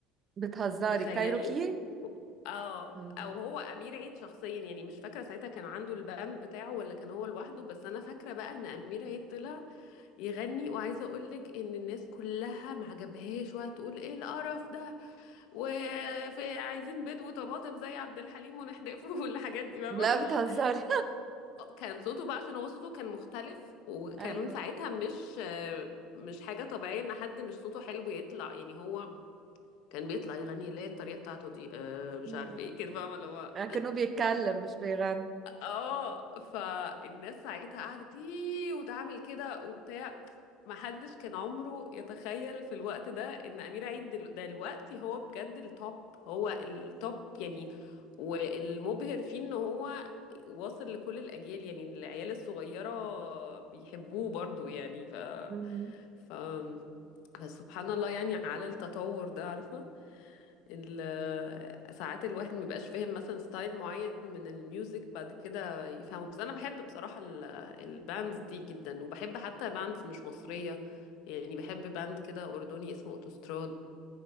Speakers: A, on the right; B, on the left.
A: بتهزري
B: تخيلي
A: كايروكي
B: اه
A: مم.
B: او هو امير عيد شخصيا يعني مش فاكره ساعتها كان عنده الباند بتاعه ولا كان هو لوحده بس انا فاكره بقى ان امير عيد طلع يغني وعايزه اقول لك ان الناس كلها ما عجبهاش وهتقول ايه القرف ده وفي عايزين بيض وطماطم زي عبد الحليم ونحدفه <laughs> والحاجات دي فاهمه
A: لا
B: اللي هو
A: بتهزري
B: كان صوته بقى عشان هو صوته كان مختلف وكان
A: <laughs> ايوه
B: من ساعتها مش مش حاجه طبيعيه ان حد مش صوته حلو يطلع يعني هو كان بيطلع يغني اللي هي الطريقه بتاعته دي آه مش
A: مم.
B: عارف ايه كده فاهمه اللي هو
A: لكنه بيتكلم مش بيغني
B: اه فالناس ساعتها قعدت ايه وتعمل كده وبتاع محدش كان عمره يتخيل في الوقت ده ان امير عيد دل- دلوقتي هو بجد التوب هو التوب يعني والمبهر فيه ان هو واصل لكل الاجيال يعني العيال الصغيره بيحبوه برضو يعني ف
A: مم.
B: ف فسبحان الله يعني على التطور ده عارفه ال- ساعات الواحد مبيبقاش فاهم مثلا ستايل معين من الميوزك بعد كده يفهمه بس انا بحب بصراحة ال- الباندز دي جدا وبحب حتى باندز مش مصرية يعني بحب باند كده أردني اسمه أوتوستراد